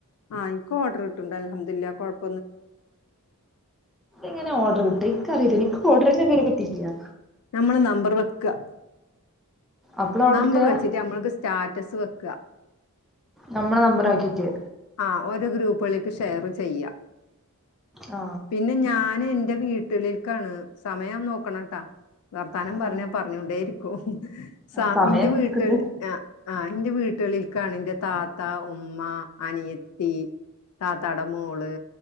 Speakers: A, on the left; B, in the centre.
A: ആഹ് ഇനിക്കും ഓർഡർ ഉണ്ട് അൽഹംദുലില്ലാഹ് കുഴപ്പ
B: എങ്ങനെ ഓർഡർ കിട്ട എനിിക്ക അറിയില്ല എനിക്ക് ഓർഡർന്റെ പേരെ പറ്റിട്ടയാ
A: നമ്മള് നമ്പർ വെക്കുക
B: അപ്പളാ
A: നമ്പർ
B: കിട്ടാ
A: വെച്ചിട്ട് നമ്മക്ക് സ്റ്റാറ്റസ് വെക്കുക
B: നമ്മളെ ആക്കീട്ട്
A: ആ രോ ഗ്രൂപ്പക്ക് ഷെയർ ചെയ്യ
B: ആ
A: പിന്നെ ഞൻ എന്റെ വീട്ടിൽിൽ ാണ് സമയം നോക്കണംട്ടാ വർത്താനം
B: ആ
A: പറഞ്ഞ പറഞ്ഞൊണ്ടേരിക്കും സാിന്റെ
B: ആ സമയം
A: വീട്ടിൽ
B: നോക്ക്ണ്ട്
A: ആ ആ എന്റെ വീട്ടുകളിൽ കണിന്റെ താത്ത ഉമ്മ അനിയത്തി താത്തട മോള്